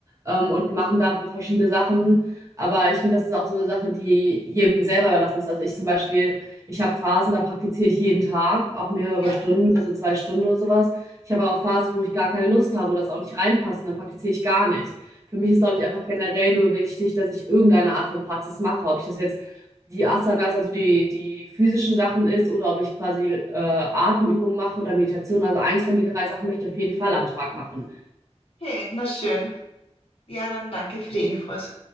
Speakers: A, on the right; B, on the left.
A: ähm, und machen da verschiedene Sachen. Aber ich finde, das ist auch so eine Sache, die jedem selber überlassen ist. Also ich zum Beispiel, ich habe Phasen, da praktiziere ich jeden Tag, auch mehrere
B: Ja,
A: Stunden, also zwei Stunden oder sowas. Ich habe aber auch Phasen, wo ich gar keine Lust habe oder es auch nicht reinpassen, dann praktiziere ich gar nicht. Für mich ist, glaube ich, einfach generell nur wichtig, dass ich irgendeine Art von Praxis mache. Ob ich das jetzt die Asanas, also die, die physischen Sachen ist, oder ob ich quasi äh, Atemübungen mache oder Meditation. Also eins von den drei Sachen möchte ich auf jeden Fall am Tag machen.
B: okay, na schön. Ja, dann danke für die Infos.